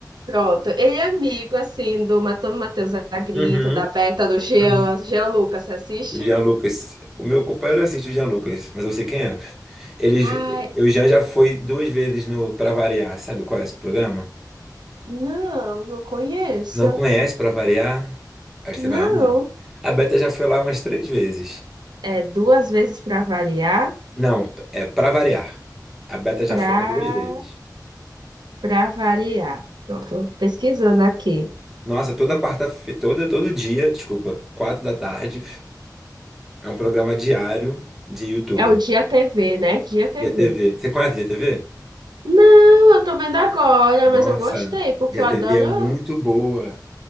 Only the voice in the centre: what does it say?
Uhum,
uhum.
O Jean Lucas. O meu companheiro assiste o Jean Lucas, mas eu sei quem é. Ele,
eu já já foi duas vezes no Pra Variar, sabe qual é esse programa?
Não conhece para variar? Acho que você vai
amar. A Beta já foi lá umas três vezes.
Não, é para variar. A Beta já
foi lá duas vezes.
Nossa, toda quarta-feira, todo, todo dia, desculpa, quatro da tarde, é um programa diário de YouTube,
de ATV. Você conhece de ATV?
Nossa,
de ATV
é muito boa,